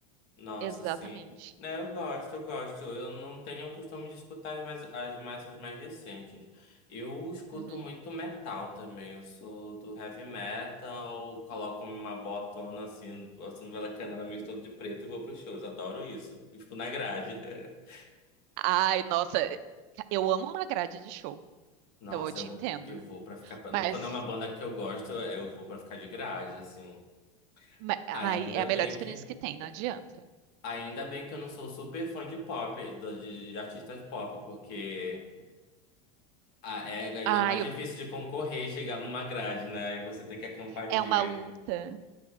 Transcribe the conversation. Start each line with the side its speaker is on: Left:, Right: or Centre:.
Left: Nossa,
Right: exatamente.
Left: sim. Né, eu gosto, eu gosto. Eu não tenho o costume de escutar as mais, as mais, as mais recentes. Eu escuto
Right: Uhum.
Left: muito metal também. Eu sou do heavy metal, coloco uma botona assim, passando pela canela, me todo de preto e vou pros shows. Adoro isso. E fico na grade. <laughs>
Right: Ai, nossa, eu amo uma grade de show,
Left: Nossa,
Right: então eu te
Left: eu,
Right: entendo.
Left: eu vou pra ficar. pra-
Right: Mas,
Left: Quando é uma banda que eu gosto, é, eu vou pra ficar de grade, assim.
Right: ma- ai,
Left: Ainda
Right: é a melhor
Left: bem
Right: experiência
Left: que.
Right: que tem, não adianta.
Left: Ainda bem que eu não sou super fã de pop, do- de de artistas pop, porque. Ah, é,
Right: Ai,
Left: é mais difícil
Right: eu-
Left: de concorrer e chegar numa grade, né? E você tem que acampar
Right: é
Left: dias.
Right: uma luta.